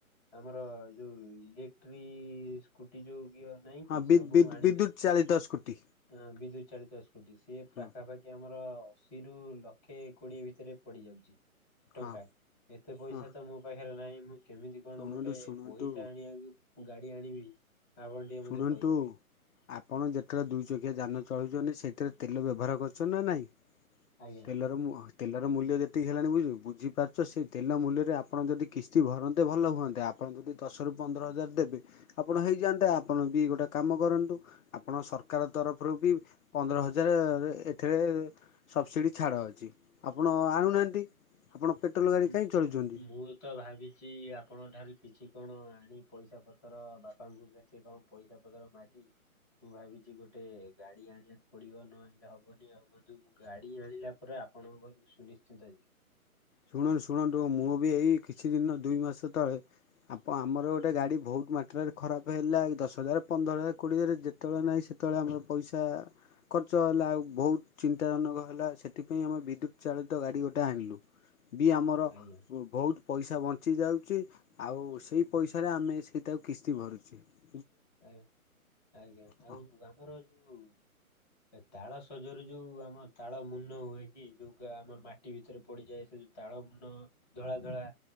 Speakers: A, on the left; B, on the left.
A: ଆମର ଯୋଉ ଇ ଟ୍ରି ସ୍କୁଟି ଯୋଉ ଗିଅର ନାହିଁ
B: ହଁ
A: କି
B: ବି
A: ସବୁ ଆଣିଲେଣି
B: ବିଦ୍ୟୁତ ଚାଳିତ ସ୍କୁଟି
A: ହ ବିଦ୍ୟୁତ୍ ଚାଳିତ ସ୍କୁଟି ସିଏ ପାଖାପାଖି
B: ହଁ
A: ଆମର ଅଶିରୁ ଲକ୍ଷେ କୋଡିଏ ଭିତରେ ପଡି ଯାଉଛି ଟଙ୍କା
B: ହଁ
A: ଏତେ ପଇସା
B: ହଁ
A: ତ ମୋ ପାଖରେ ପାଖରେ ନାହିଁ ମୁଁ କେମିତି କଣ
B: ଶୁଣନ୍ତୁ
A: ଗୋଟେ
B: ଶୁଣନ୍ତୁ
A: ପଇସା ଆଣିବାକୁ ଗାଡି ଆଣିବି ଆପଣ ଟିକେ ମତେ
B: ଶୁଣନ୍ତୁ
A: କହିବେ
B: ଆପଣ ଯେତେବେଳେ ଦୁଇ ଚକିଆ ଯାନ ଚଳୁଛନ୍ତି ସେଇଥିରେ ତେଲ ବ୍ୟବହାର କରୁ ଅଛ ନା ନାଇଁ
A: ଆଜ୍ଞା।
B: ତେଲର ମୁଁ ତେଲର ମୂଲ୍ୟ ଯେତିକି ହେଲାଣି ବୁଝିଲୁ ବୁଝିପାରୁଛ ସେଇ ତେଲ ମୂଲ୍ୟରେ ଆପଣ ଯଦି କିସ୍ତି ଭରନ୍ତେ ଭଲ ହୁଅନ୍ତା ଆ ଆପଣ ଯଦି ଦଶ ର ପନ୍ଦର ହଜାର ଦେବେ ଆପଣ ହେଇଯାଆନ୍ତେ ଆପଣ ବି ଗୋଟେ କାମ କରନ୍ତୁ ଆପଣ ସରକାର ତରଫରୁ ବି ପନ୍ଦର ହଜାର ଏଥିରେ ଏ ସବସିଡି ଛାଡ଼ ଅଛି ଆପଣ ଆଣୁନାହାନ୍ତି ଆପଣ ପେଟ୍ରୋଲ ଗାଡ଼ି
A: ହୁଁ
B: କାହିଁ ଚଳୁଛନ୍ତି?
A: ମୁଁ ତ ଭାବିଛି ଆପଣଙ୍କ ଠାରୁ କିଛି କଣ ଆଣି ପଇସା ପତର ବାପାଙ୍କୁ କେତେ କମ ପଇସା ପତର ମାଗି ମୁଁ ଭାବିଛି ଗୋଟେ ଗାଡି ଆଣିବାକୁ ପଡିବ ନହଲେ ହବନି ଆଉ କୁହନ୍ତୁ ମୁ ଗାଡି ଆଣିଲା ପରେ ଆଉ ଆପଣଙ୍କ କୁ ସୁନିଶ୍ଚିନ୍ତ ଯିବି
B: ଶୁଣନ୍ତୁ ଶୁଣନ୍ତୁ ମୁଁ ବି ଏଇ କିଛି ଦିନ ଦୁଇ ମାସ ତଳେ ଆପ ଆମର ଗୋଟେ ଗାଡି ବହୁତ ମାତ୍ରା ରେ ଖରାପ ହେଲା ଦଶ ହଜାର ପନ୍ଦର ହଜାର କୋଡ଼ିଏ ହଜାର ଯେତେବେଳେ ନାହିଁ ସେତେବେଳେ ଆମର ପଇସା ଖର୍ଚ୍ଚ ହେଲା ଆଉ ବହୁତ ଚିନ୍ତାଜନକ ହେଲା ସେଥିପାଇଁ ଆମେ ବିଦ୍ୟୁତ ଚାଳିତ ଗାଡି ଗୋଟେ ଆଣିଲୁ । ବି ଆମର
A: ଆଜ୍ଞା
B: ବହୁତ ପଇସା ବନ୍ ଚି ଯାଉଛି ଆଉ ସେଇ ପଇସାରେ ଆମେ ସେଇଟାକୁ କିସ୍ତି ଭରୁଛି ।
A: ଆଜ୍ଞା ଆଜ୍ଞା
B: ହଁ
A: ଆଉ ଆମର ଯଉ ଏ ତାଳ ସଜରେ ଯୋଉ ଆମର ତାଳ ମୁନ ହୁଏ କି ଯୋଉା ଆମର ମାଟି ଭିତରେ ପଡିଯାଏ ସେ ଯୋଉ ତାଳ ଧଳ ମୁନ ଧଳା ଧଳା